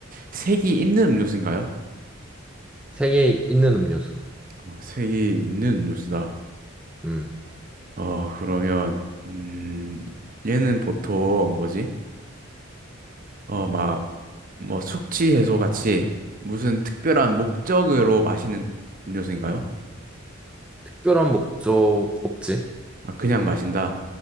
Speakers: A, on the right (about 45°); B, in the centre.
A: 색이 있는 음료수인가요?
B: 세계에 있는 음료수.
A: 어, 색이 있는 음료수다.
B: 음
A: 어, 그러면 음, 얘는 보통 뭐지? 어, 막 뭐 숙취 해소 같이 무슨 특별한 목적으로 마시는 음료수인가요?
B: 특별한 목적 없지.
A: 아, 그냥 마신다.